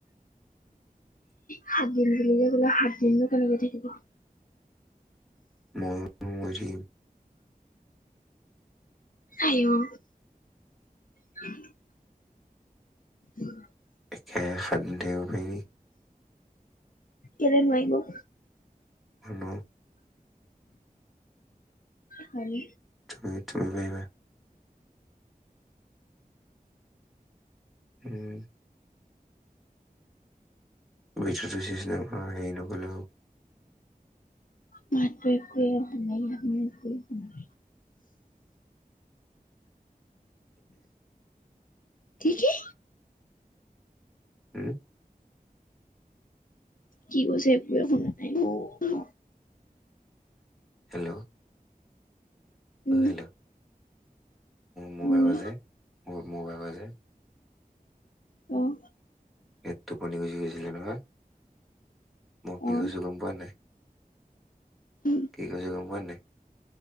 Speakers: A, on the left; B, in the centre.
A: সাত দিন বুলিলে বোলে সাত দিনটো কেনেকে থাকিব
B: মই মৰি থাকিম
A: আহঔ <unintelligible> উম
B: একেৰাহে সাত দিন থাকিব পাৰি নেকি
A: কেলেই নোৱাৰিনো
B: নোৱাৰো
A: হয়
B: তুমি তুমি পাৰিবা উম বুজি চুজি নোপোৱা হেৰি নকৰিলে হল
A: মইতো একোৱেই কৰিব নোৱাৰিম কি কি
B: উম
A: কি কৈছে একোৱেই শুনা নাই অঁ
B: হেল্ল'
A: উম
B: অ' হেল্ল' ম'বাইলত
A: উম
B: যে মো মোবাইলত যে
A: অ'
B: এ টুপনি গুচি গৈছিলে নহয় মই কি
A: অ
B: কৈছো গম পোৱা নাই
A: উম
B: কি কৈছো গম পোৱা নাই